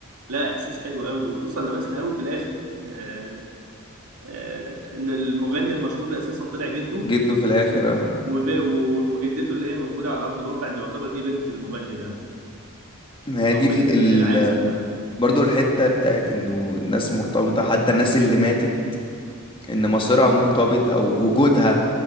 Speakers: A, on the right; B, on the left.
A: لا إحساس حلو قوي وخصوصا لمسنا قوي في الآخر آه آه إن المغني المشهور ده أساسا طلع جده
B: جده في الاخر اه
A: وب- وجدته اللي هي موجودة على أرض الواقع دي يعتبر دي بنت المغني ده
B: ما هي دي
A: او بنت
B: ال...
A: ال- العازب
B: ال...
A: ده
B: برضو الحته بتاعت انه الناس مرتبطه حتى الناس اللي ماتت ان مصيرها مرتبط او وجودها